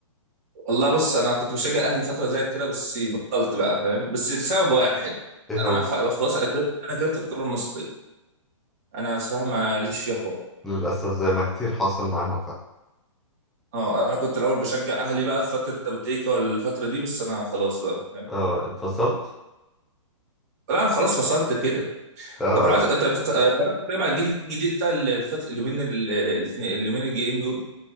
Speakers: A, on the right; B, in the centre.
A: والله بص انا كنت بشجع الاهلي فتره زي كده بس بطلت بقى فاهم بس لسبب واحد
B: ايه
A: انا
B: هو
A: ما خ- خلاص انا كرهت انا كرهت الكوره المصريه انا صراحه ما ليش فيها خالص
B: للاسف زي ما كتير حصل معاهم ف...
A: اه انا كنت الاول بشجع اهلي بقى في فتره تبتيكا والفتره دي بس انا خلاص بقى فاهم
B: اه اتفصلت
A: لا أنا خلاص فصلت كده
B: اه
A: طب انا عايز انت بتت- بتعرف تتابع الجيل الجديد بتاع الفتره اليومين ال- الاثنين- اليومين الجايين دول